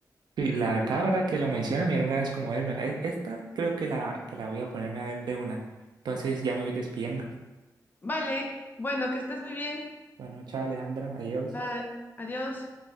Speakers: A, on the right (about 90°); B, on the left (about 25°).
A: Y la verdad, ahora que lo menciona, me dieron ganas como vérmela. Es- Esta creo que la, que la voy a ponerme a ver de una. Entonces ya me voy despidiendo.
B: Vale, bueno, que estés muy bien.
A: Bueno, chao Alejandra, adiós.
B: Bye, adiós.